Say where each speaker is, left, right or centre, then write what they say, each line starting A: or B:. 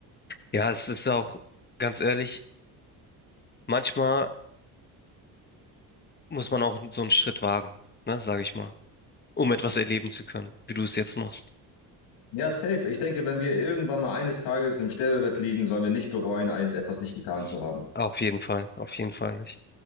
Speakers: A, on the left; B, on the left.
A: Ja, es ist auch, ganz ehrlich, manchmal muss man auch so einen Schritt wagen, ne, sage ich mal, um etwas erleben zu können, wie du es jetzt machst.
B: Ja, safe. Ich denke, wenn wir irgendwann mal eines Tages im Sterbebett liegen, sollen wir nicht bereuen, eines- etwas nicht getan
A: Das-
B: zu haben.
A: Auf jeden Fall, auf jeden Fall nicht.